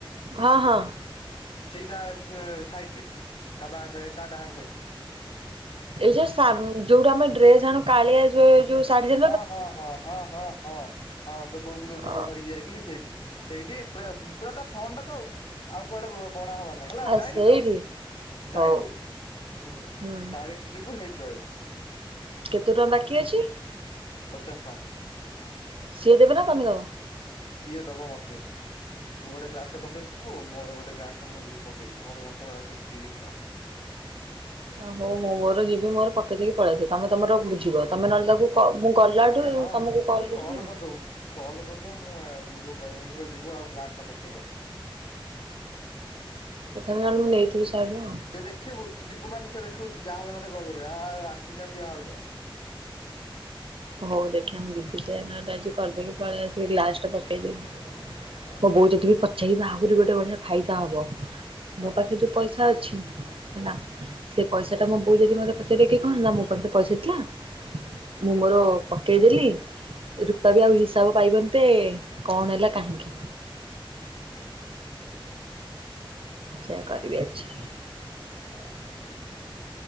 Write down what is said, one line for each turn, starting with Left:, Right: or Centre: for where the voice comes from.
Right: ହଁ-ହଁ,
Left: ସେଇଟା ସେ ସାଇଡ୍ ରେ ତା ବା ସାଇଡ୍ ତା ଡାହାଣ ସାଇଡ୍,
Right: ଏଇ ଯୋଉ ସାମ୍ ଯୋଉଠା ଆମେ ଡ୍ରେସ ଆଣୁ କାଳିଆ ଯୋ ଯୋଉ ଶାଢ଼ୀ,
Left: ହଁ-ହଁ-ହଁ-ହଁ-ହଁ-ହଁ, ହଁ ତୋ ବୋଉକୁ ଯୋଉ ଧର
Right: ଅ
Left: ଧରିକି ଯାଇଥିଲି ସେଇଠୁ ସେଇଠି ପୁରା-ପୁରା ତା ଫନ୍ ଟା ତ ଆଉ, ଆଉ କୁଆଡ଼େ ବ ବଣା ହବାନ୍ ନାହିଁ ହେଲା
Right: ଆ
Left: ଜାଇଁଲୁ
Right: ସେଇଠି।
Left: ତ ଜାଇଁଲୁ
Right: ହଉ
Left: ହୁଁ
Right: ହୁଁ
Left: ଡାଇରେକ୍ଟ ଯିବୁ ସେଇଠି ରହିବୁ,
Right: କେତେ ଟଙ୍କା ବାକି ଅଛି,
Left: ପଚାଷ୍ ଟଙ୍କା।
Right: ସିଏ ଦେବେନା ତମେ ଦବ?
Left: ସିଏ ଦବ ମତେ। ତୁ ଗୋଟେ ଗ୍ଲାସଟେ ପକେଇଦବୁ ମୋର ଗୋଟେ ଗ୍ଲାସଟେ ମୁଁ ଯିବି ପକେଇବି, ମୋ ଗ୍ଲାସଟା ଏକ ତିରିଶ ଟଙ୍କା।
Right: ହାଁ ହଉ ମୁଁ ମୋର ଯିବି ମୋର ପକେଇ ଦେଇକି ପଳଆସିବି ତମେ ତମର ବୁଝିବ ତମେ ନହେଲେ ତାକୁ ହଉ ମୁଁ ଗଲାଠୁ
Left: ଏ ହଁ
Right: ତୁମକୁ କଲ୍
Left: ତୁ
Right: କରିବି ଆଉ।
Left: କରିଦବୁ ତୁ କଲ୍ କରିଦବୁ ମୁଁ ଏ ବିଭୁକୁ କହିଦେମି ମୁଁ କହିବି ବିଭୁ ଆଉ ଗ୍ଲାସଟା ପକେଇଦବୁ।
Right: ତ <unintelligible> ମୁଁ ନେଇଥିବି ଶହେ ଟଙ୍କା ଆଉ।
Left: ସେ ଦେଖିବୁ ତୁ ଯିବୁ ମାନେ ସେ ଦେଖିବୁ ଯାହାହେଲେ ମତେ କଲ୍ କରିବ ଆ ଆଉ ଆସିଛନ୍ତି ଭାଉଜ।
Right: ହଉ ଦେଖିବା ମୁଁ ଯିବି ସେୟା ନହେଲେ ଆଜି କରିଦେଇକି ପୋଳେଇ ଆସିବି ଗ୍ଲାସଟା ପକେଇଦେଇକି,
Left: ହଁ
Right: ମୋ ବୋଉ ଯଦି ବି ପ ଛେଇବା ଆହୁରି ଗୋଟେ ବଢ଼ିଆ ଫାଇଦା ହବ,
Left: ହଁ
Right: ମୋ ପାଖରେ ଯୋଉ ପଇସା ଅଛି ହେଲା ସେ ପଇସାଟା ମୋ ବୋଉ ଯଦି ମତେ ପଚାରେ କି କଣ ହେଲା ମୋ ପାଖରେ ପଇସା ଥିଲା ମୁଁ ମୋର ପକେଇଦେଲି ରୂପା ବି
Left: ହଁ
Right: ଆଉ ହିସାବ ପାଇବନ୍ତେ କଣ ହେଲା କାହିଁକି?
Left: ହୁଁ
Right: ସେୟା କରିବି ଆଜି।
Left: <unintelligible>